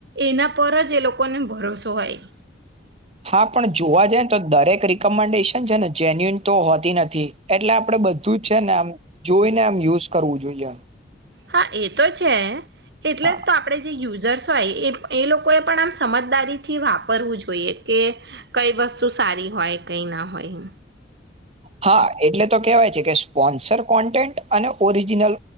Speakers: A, on the right; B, on the right.
A: એના પર જ એ લોકોને ભરોસો હોય
B: હા પણ જોવા જાય ને તો દરેક રિકમેન્ડેશન છે ને જેન્યુન તો હોતી નથી એટલે આપડે બધું જ છે ને આમ જોઈને આમ યુઝ કરવું જોઈએમ
A: હા એ તો છે એટલે
B: હા
A: તો આપણેે જે યુઝર્સ હોય એ એ લોકોએ પણ આમ સમજદારીથી વાપરવું જોઈએ કે કઈ વસ્તુ સારી હોય કઈ ના હોય
B: હા એટલે તો કેહેવાય છે કે સ્પોન્સર કોન્ટેન્ટ અને ઓરિજિનલ